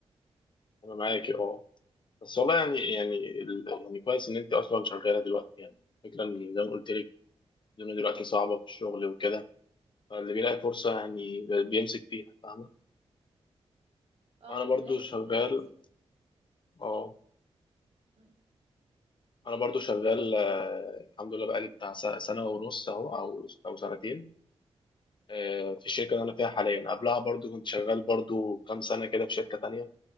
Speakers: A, on the left; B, on the right.
A: أنا معاكي أه بس والله يعني يعني ال- يعني كويس إن أنت أصلا شغالة دلوقتي يعني الفكرة إن زي ما قلت لك الدنيا دلوقتي صعبة في الشغل وكده فاللي بيلاقي فرصة يعني ب- بيمسك فيها فاهمة
B: اه
A: أنا
B: اللي
A: برضو
B: لاقي
A: شغال
B: فرصة بيمسك
A: أه
B: مم.
A: أنا برضو شغال آه، الحمد لله بقالي بتاع س- سنة ونص أهو أو أو سنتين آه، في الشركة اللي أنا فيها حاليا قبلها برضو كنت شغال برضو كام سنة كده في شركة تانية